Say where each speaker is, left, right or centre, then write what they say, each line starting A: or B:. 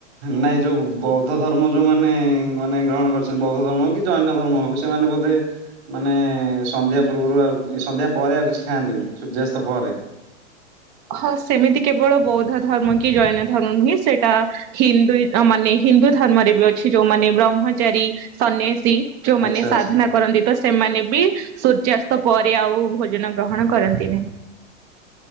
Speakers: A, on the right (about 55°); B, on the right (about 30°).
A: ନାଇଁ ଯୋଉ ବୌଦ୍ଧ ଧର୍ମ ଯୋଉମାନେ ମାନେ ଗ୍ରହଣ କରିଛନ୍ତି ବୌଦ୍ଧ ଧର୍ମ ହଉ କି ଜୈନ୍ୟ ଧର୍ମ ହଉ ସେମାନେ ବୋଧେ ମାନେ ସନ୍ଧ୍ୟା ପୂର୍ବରୁ ଆଉ ସନ୍ଧ୍ୟା ପରେ ଆଉ କିଛି ଖାଆନ୍ତିନି ସୂର୍ଯ୍ୟାସ୍ତ ପରେ।
B: ହଁ ସେମିତି କେବଳ ବୌଦ୍ଧ ଧର୍ମ କି ଜୈନ ଧର୍ମ ନୁହେଁ ସେଇଟା ହିନ୍ଦୁ ମାନେ ହିନ୍ଦୁ ଧର୍ମରେ ବି ଅଛି ଯୋଉମାନେ ବ୍ରହ୍ମଚାରୀ କି ସନ୍ନ୍ୟାସୀ ଯୋଉମାନେ
A: ଆଚ୍ଛା
B: ସାଧନା
A: ଆଚ୍ଛା
B: କରନ୍ତି ତ ସେମାନେ ବି ସୂର୍ଯ୍ୟାସ୍ତ ପରେ ଆଉ ଭୋଜନ ଗ୍ରହଣ କରନ୍ତିନି।